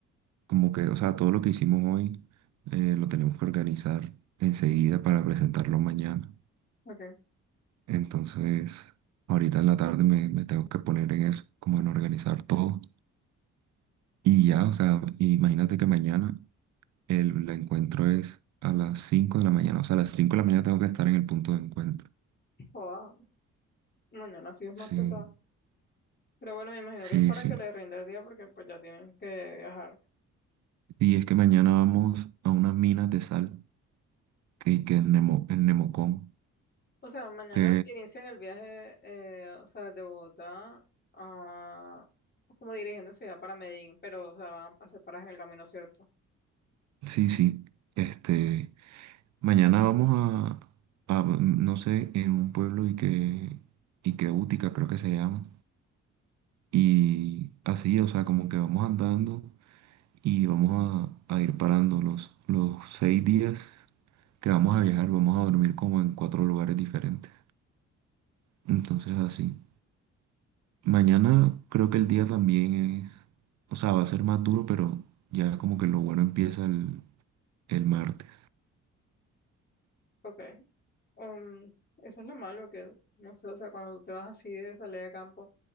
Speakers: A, on the right; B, on the left.
A: Como que, o sea, todo lo que hicimos hoy eh, lo tenemos que organizar enseguida para presentarlo mañana.
B: ok.
A: Entonces, ahorita en la tarde me, me tengo que poner en eso, como en organizar todo. Y ya, o sea, imagínate que mañana el, el encuentro es a las 5 de la mañana. O sea, a las 5 de la mañana tengo que estar en el punto de encuentro.
B: Joda, mañana sí es más
A: Sí,
B: pesado. Pero bueno, me imagino
A: sí,
B: que es para
A: sí.
B: que le rinda el día porque pues ya tienen que viajar.
A: Y es que mañana vamos a unas minas de sal que, que en Nemo, en Nemocón,
B: O sea, mañana
A: que
B: inician el viaje, eh, o sea, de Bogotá a, como dirigiéndose ya para Medellín, pero o sea, van a hacer paradas en el camino, ¿cierto?
A: sí, sí. Este, Mañana vamos a, a, no sé, en un pueblo y que, y que Útica creo que se llama. Y así, o sea, como que vamos andando y vamos a, a ir parando los, los seis días que vamos a viajar, vamos a dormir como en cuatro lugares diferentes. Entonces así. Mañana creo que el día también es, o sea, va a ser más duro, pero ya como que lo bueno empieza el, el martes.
B: Ok. Um, eso es lo malo que, no sé, o sea, cuando tú te vas así de salir de campo,